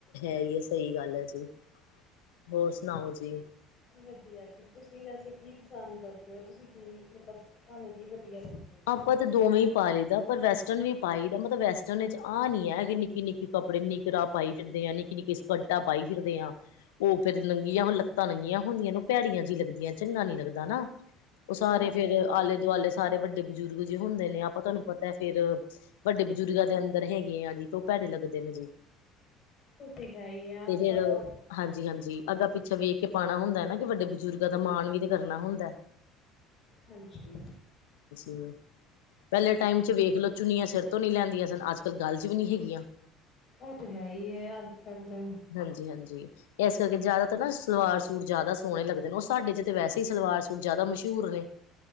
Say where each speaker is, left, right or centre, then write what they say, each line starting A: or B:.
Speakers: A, on the left; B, on the left.
A: ਸਹੀ ਸਹੀ ਗੱਲ ਹੈ ਜੀ। ਹੋਰ ਸੁਣਾਓ ਜੀ?
B: ਵਧੀਆ ਜੀ। ਤੁਸੀਂ ਵੈਸੇ ਕੀ ਪਸੰਦ ਕਰਦੇ ਹੋ? ਤੁਸੀਂ ਕੀ ਮਤਲਬ ਤੁਹਾਨੂੰ ਕੀ ਵਧੀਆ? ਜੀ
A: ਆਪਾਂ ਤੇ ਦੋਵੇਂ ਹੀ ਪਾ ਲਈਦਾ ਪਰ ਵੈਸਟਰਨ ਵੀ ਪਾਈ ਦਾ ਮਤਲਬ ਵੈਸਟਰਨ ਵਿੱਚ ਆਹ ਨੀ ਹੈ ਕਿ ਨਿੱਕੀ ਨਿੱਕੀ। ਕੱਪੜੇ ਨਿੱਕਰਾਂ ਪਾਈ ਫਿਰਦੇ ਆ ਨਿੱਕੀ ਨਿੱਕੀ ਸਕਰਟਾਂ ਪਾਈ ਫਿਰਦੇ ਆ ਉਹ ਫੇਰ ਨੰਗੀਆਂ ਹੁਣ ਲੱਤਾ ਨੰਗੀਆਂ ਹੁੰਦੀਆਂ ਨੂੰ ਭੈੜੀਆਂ ਜਿਹੀ ਲੱਗਦੀਆਂ ਚੰਗਾ ਨੀ ਲੱਗਦਾ ਨਾ। ਉਹ ਸਾਰੇ
B: ਹਾਂਜੀ
A: ਫੇਰ
B: ਹਾਂਜੀ
A: ਆਲੇ ਦੁਆਲੇ ਸਾਰੇ ਵੱਡੇ ਬਜ਼ੁਰਗ ਜੇ ਹੁੰਦੇ ਨੇ ਆਪਾਂ ਤੁਹਾਨੂੰ ਪਤਾ ਹੈ ਫੇਰ। ਵੱਡੇ ਬਜ਼ੁਰਗਾਂ ਦੇ ਅੰਦਰ ਹੈਗੇ ਆ ਜੀ ਤੇ ਉਹ ਭੈੜੇ ਲੱਗਦੇ ਨੇ ਜੀ।
B: ਉਹ ਤੇ ਹੈ ਹੀ ਹੈ ਅੱਜ
A: ਤੇ ਫੇਰ
B: ਕੱਲ੍ਹ ਤੁਹਾਨੂੰ ਪਤਾ
A: ਹਾਂਜੀ
B: ਹੀ ਹੈ
A: ਹਾਂਜੀ ਅੱਗਾਂ ਪਿੱਛਾ ਵੇਖ ਕੇ। ਤੇ ਪਾਉਣਾ ਹੁੰਦਾ ਹੈ ਨਾ ਤੇ ਵੱਡੇ ਬਜ਼ੁਰਗਾਂ ਦਾ ਮਾਣ ਵੀ ਤੇ ਕਰਨਾ ਹੁੰਦਾ ਹੈ।
B: ਹਾਂਜੀ।
A: ਹੂੰ ਪਹਿਲੇ ਟਾਈਮ 'ਚ ਵੇਖ ਲੋ ਚੁੰਨੀਆਂ ਸਿਰ ਤੋਂ ਨਹੀਂ ਲੈਂਦੀਆਂ ਸਨ। ਅੱਜ ਕੱਲ ਗਲ਼ 'ਚ ਵੀ ਨਹੀਂ ਹੈਗੀਆਂ।
B: ਉਹ ਤੇ ਹੈ ਹੀ ਹੈ। ਕੱਲ੍ਹ ਤਾਂ
A: ਹਾਂਜੀ ਹਾਂਜੀ। ਇਸ ਕਰਕੇ ਜ਼ਿਆਦਾ ਤਾਂ ਨਾ ਸਲਵਾਰ ਸੂਟ ਜ਼ਿਆਦਾ ਸੋਹਣੇ ਲੱਗਦੇ ਨੇ ਉਹ ਸਾਡੇ 'ਚ ਤਾਂ ਵੈਸੇ ਹੀ ਸਲਵਾਰ ਸੂਟ ਜ਼ਿਆਦਾ ਮਸ਼ਹੂਰ ਨੇ।
B: ਹੂੰ।